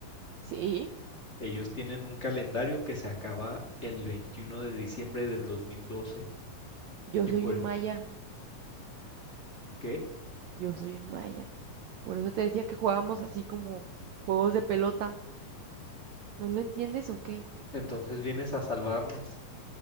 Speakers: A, on the right (about 85°); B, on the left (about 25°).
A: Sí,
B: Ellos tienen un calendario que se acaba el 21 de diciembre del 2012.
A: yo
B: Y
A: soy
B: pues,
A: un maya,
B: ¿qué?
A: yo soy un maya. Por eso te decía que jugábamos así como juegos de pelota. ¿No lo entiendes o qué?
B: Entonces vienes a salvarnos.